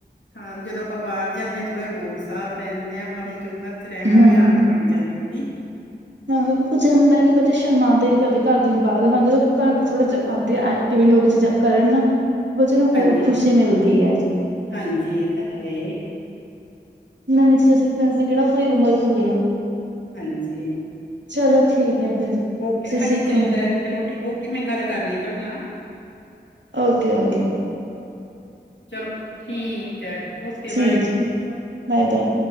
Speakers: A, on the left; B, on the right.
A: ਹਾਂ ਜਦੋਂ ਆਪਾਂ ਬਾਹਰ ਜਾਂਦੇ ਹਾਂ ਥੋੜ੍ਹੇ ਹੋਰ ਸਾਬ ਰਹਿੰਦੇ ਹਾਂ ਆਪਾਂ ਹੁਣ ਘਰ ਚ ਰਹਿਣ
B: ਹਮ
A: ਵਾਲੀ ਆਦਤ ਬਣ ਜਾਣੀ ਉਹਦੀ
B: ਹਾਂ ਕੁਛ ਇਹ ਹੁੰਦਾ ਨਾ ਬੱਚੇ ਸ਼ਰਮਾਂਉਦੇ ਨੇ ਆਪਦੇ ਘਰ ਦੇ ਨੂੰ ਬਾਹਰਦੇ ਘਰ ਥੋੜਾ ਚਿਰ ਆਂਦੇ ਆਏ ਹੋ ਕੇ ਚੀਜ਼ਾਂ ਕਰਨ ਨਾ ਬੱਚਿਆਂ ਨੂੰ
A: ਹਾਂਜੀ
B: ਹੋਰ ਖੁਸ਼ੀ ਮਿਲਦੀ ਹੈ
A: ਹਾਂਜੀ ਇਹ ਤਾਂ ਹੈ
B: ਇਹਨਾ ਵਿਚ ਸਿੱਖਣ ਦੀ ਕਿਹੜਾ ਕੋਈ ਉਮਰ ਹੁੰਦੀ ਆ
A: ਹਾਂਜੀ
B: ਚਲੋ ਠੀਕ ਹੈ ਫਿਰ ਤੁਸੀਂ
A: ਓਕੇ ਹਜੀ
B: ਸਿੱਖੋ
A: ਚੱਲਦਾ ਚਲੋ ਓਕੇ ਮੈਂ ਗੱਲ ਕਰਨੀ ਆ ਤੁਹਾਡੇ ਨਾਲ
B: ਓਕੇ- ਓਕੇ
A: ਚਲੋ ਠੀਕ ਹੈ ਓਕੇ
B: ਠੀਕ,
A: ਬਾਏ
B: ਬਾਏ -ਬਾਏ